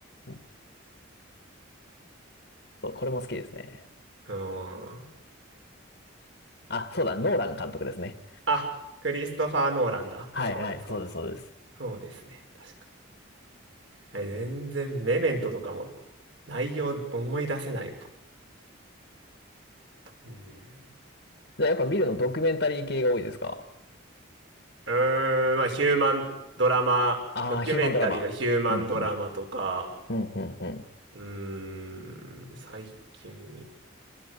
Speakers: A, on the left; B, on the right.
A: ーうんそう、これも好きですね。
B: うーん。
A: あ、そうだ、ノーラン監督ですね。
B: あ、クリストファー・ノーランだ。
A: はいはい、
B: そうだ、そうだ。
A: そうです、そうです。
B: そうですね。確か。はい全然、メメントとかも内容思い出せない。うん。
A: じゃあやっぱ見るのドキュメンタリー系が多いですか
B: うーん、まあ、ヒューマンドラマ、
A: ああー、
B: ドキュメンタリーのヒューマンドラマとか、
A: ヒューマンドラマ。うんうん、うん、うん、うん。
B: うーん、最近見、